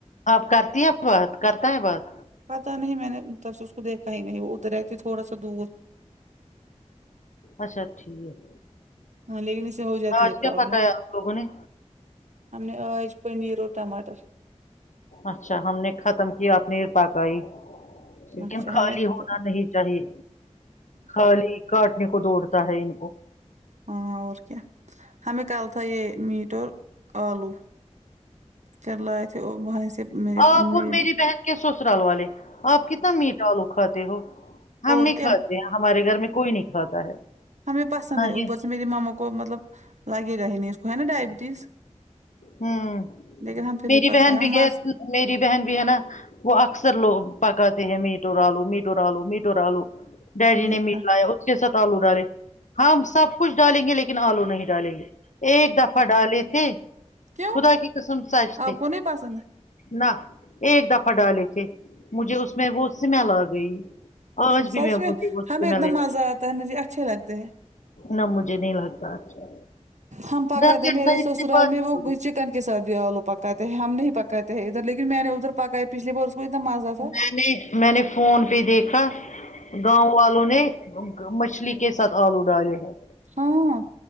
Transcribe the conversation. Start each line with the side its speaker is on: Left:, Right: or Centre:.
Left: اب کرتی ہے بات کرتا ہے بات
Right: پتہ نہیں میں نے ادھر سے اس کو دیکھا ہی نہیں وہ ادھر رہتی تھوڑا سا دور
Left: اچھا ٹھیک
Right: ہاں لیکن اسے ہو جاتی
Left: آج
Right: ہے
Left: کیا
Right: پرابلم
Left: پکایا آپ لوگوں نے
Right: ہم نے آج پنیر اور ٹماٹر
Left: اچھا ہم نے ختم کیا اپنی پکائی لیکن
Right: اچھا
Left: خالی
Right: ہمیں
Left: ہونا
Right: تو-
Left: نہیں چاہیے خالی کاٹنے کو دوڑتا ہے ان کو
Right: ہاں اور کیا ہمیں کل تھا یہ میٹ اور آلو پھر لائے تھے وہاں سے میرے
Left: آپ
Right: مے
Left: اور میری بہن کے سسرال والے آپ کتنا میٹ آلو کھاتے ہو ہم
Right: اور
Left: نہیں
Right: کیا
Left: کھا تے ہمارے گھر میں کوئی نہیں کھاتا ہے
Right: ہمیں پسند
Left: نہیں
Right: ہے اوپر سے میری ماما کو مطلب لگے گا ہی نہیں اس کو ہے نا ڈائبٹیز
Left: ہوں
Right: لیکن ہم پھر
Left: میری
Right: پکا
Left: بہن
Right: ہے
Left: بھی
Right: مز
Left: گیا میری بہن بھی ہے نا وہ اکثر لوگ پکاتے ہیں میٹو رالو میٹو رالو میٹو رالو ڈیڈی
Right: دیکھا
Left: نے میٹ لائے اس کے ساتھ آلو ڈالے ہم سب کچھ ڈالیں گے لیکن آلو نہیں ڈالیں گے ایک دفہ ڈالے تھے
Right: کیوں
Left: خدا کی قسم سچ تھے
Right: آپ کو نہیں پسند
Left: نہ ایک دفہ ڈالے تھے مجھے اس میں وہ سمیل آ گئی آج بھی
Right: سچ میں
Left: مجھے وہ
Right: ہمیں
Left: سمیل
Right: اتنا
Left: یاد
Right: مزہ آتا ہے مجھے اچھے لگتے ہیں
Left: نہ مجھے نہیں لگتا اچھا
Right: ہم پکا
Left: دس
Right: د میرے
Left: سائڈ
Right: سسرال
Left: سے بات
Right: میں وہ
Left: ہو گئی
Right: گچک چکن کے ساتھ بھی آلو پکاتے ہیں ہم نہیں پکاتے ہیں ادھر لیکن میں نے ادھر پکائے پچھلی بار اس وہی تو مزہ تھا
Left: میں نے میں نے فون پہ دیکھا گاؤں والوں نے مچھلی کے ساتھ آلو ڈالے ہیں
Right: ہاں